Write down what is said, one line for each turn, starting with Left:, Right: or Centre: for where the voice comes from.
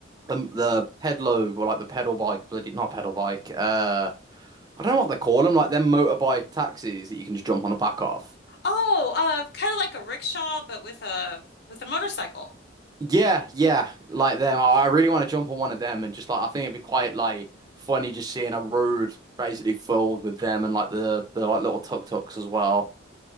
Right: the the pedalo or like the pedal bike, bloody not pedal bike. Uh, I don't know what they call them, like them motorbike taxis that you can just jump on the back of.
Left: Oh, uh, kind of like a rickshaw, but with a with a motorcycle.
Right: Yeah, yeah, like them. I I really want to jump on one of them and just like I think it'd be quite like funny just seeing a road basically filled with them and like the the like little tuk-tuks as well.